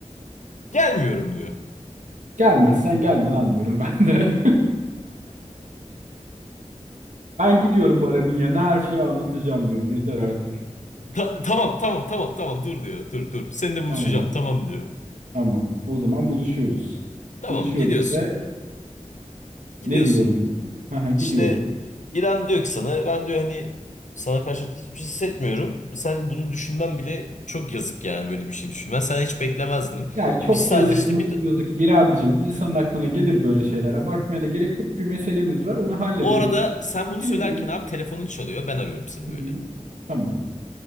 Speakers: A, on the left; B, on the right.
A: Gelmiyorum diyor.
B: Gelmezsen gelme lan diyorum ben de. <laughs> Ben gidiyorum Baran'ın yanına her şeyi anlatacağım diyorum. Yeter artık.
A: Ta- tamam tamam tamam tamam dur diyor. Dur dur. Seninle buluşacağım
B: Tamam
A: tamam diyor.
B: tamam o zaman buluşuyoruz.
A: Tamam
B: Buluşuyoruz
A: gidiyorsun.
B: ve
A: Gidiyorsun.
B: ne diyorum? Aha, gidiyorum.
A: İşte İrem diyor ki sana ben diyor hani sana karşı artık hiçbir şey hissetmiyorum. Sen bunu düşünmen bile çok yazık yani böyle bir şey düşünmen. Sen hiç beklemezdim.
B: Ya çok
A: Biz sadece
B: yazık
A: işte
B: mı
A: bir
B: yazık İremcim insanın aklına gelir böyle şeyler. Abartmaya da gerek yok. Bir meselemiz var onu halledelim.
A: o arada sen bunu
B: Gidelim
A: söylerken
B: ya.
A: abi telefonun çalıyor. Ben arıyorum seni
B: Hı
A: böyle.
B: hı. Tamam